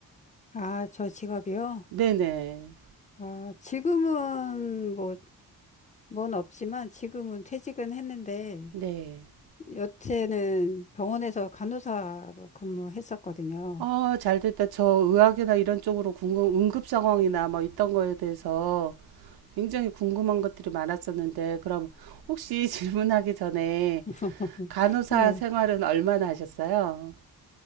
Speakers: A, on the left; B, on the right.
A: 아, 저 직업이요?
B: 네네.
A: 아, 지금은 뭐, 뭔 없지만 지금은 퇴직은 했는데,
B: 네.
A: 여태는 병원에서 간호사로 근무했었거든요.
B: 아, 잘 됐다. 저 의학이나 이런 쪽으로 궁금, 응급 상황이나 뭐 있던 거에 대해서 굉장히 궁금한 것들이 많았었는데, 그럼 혹시 <laughs> 질문하기 전에
A: <laughs>
B: 간호사
A: 네.
B: 생활은 얼마나 하셨어요?